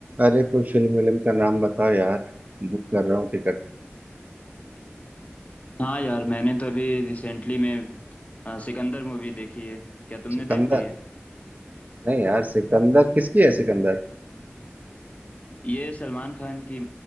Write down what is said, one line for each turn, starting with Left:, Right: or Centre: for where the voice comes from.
Right: अरे कोई फिल्म विल्म का नाम बताओ यार बुक कर रहा हूँ टिकट
Left: हाँ यार मैंने तो अभी रिसेंटली में अ, सिकंदर मूवी देखी है क्या तुमने
Right: सिकंदर
Left: देख ली है
Right: नहीं यार सिकंदर किसकी है सिकंदर
Left: ये सलमान खान की